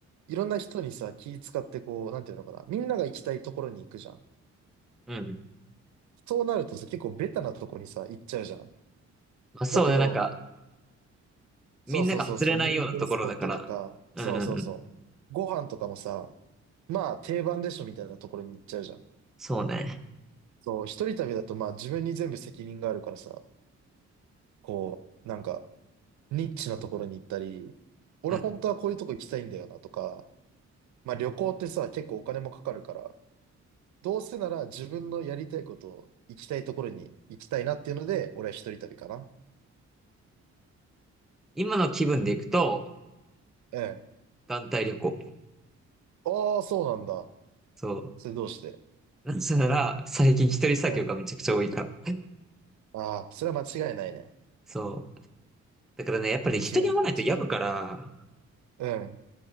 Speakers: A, on the right; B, in the centre.
A: いろんな人にさ、気使ってこう、なんていうのかな。みんなが行きたいところに行くじゃん。
B: うん。
A: そうなるとさ、結構ベタなとこにさ、行っちゃうじゃん。
B: まあそうね、
A: だけど、
B: なんか、みんなが外れないようなところだから。
A: そうそうそうそう、有名スポットとか、
B: うんうんうん。
A: そうそうそう。ご飯とかもさ、まあ定番でしょみたいなところに行っちゃうじゃん。
B: そうね。
A: そう、一人旅だとまあ自分に全部責任があるからさ、こう、なんか、ニッチなところに行ったり、俺本当はこういうとこ行きたいんだよなとか、
B: うん。
A: まあ旅行ってさ、結構お金もかかるから、どうせなら自分のやりたいことを行きたいところに行きたいなっていうので、俺は一人旅かな。
B: 今の気分で行くと、
A: うん。
B: 団体旅行。
A: ああ、そうなんだ。
B: そ
A: それどうして
B: う。なせなら、最近一人作業がめちゃくちゃ多いから。
A: うん。ああ、それは間違いないね。
B: そう。だからね、やっぱり人に会わないと病むから、
A: 間違いない、間違いない。うん。